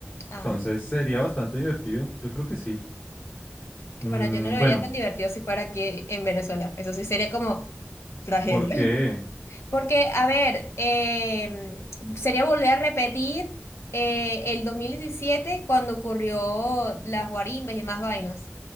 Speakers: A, on the left; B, on the left.
A: Ah,
B: Entonces sería bastante divertido, yo creo que sí. Mm,
A: bueno, yo no lo
B: bueno,
A: vería tan divertido si fuera aquí en Venezuela. Eso sí sería como tragedia.
B: ¿por qué?
A: <laughs> Porque, a ver, eh, sería volver a repetir eh, el 2017 cuando ocurrió las guarimbas y más vainas.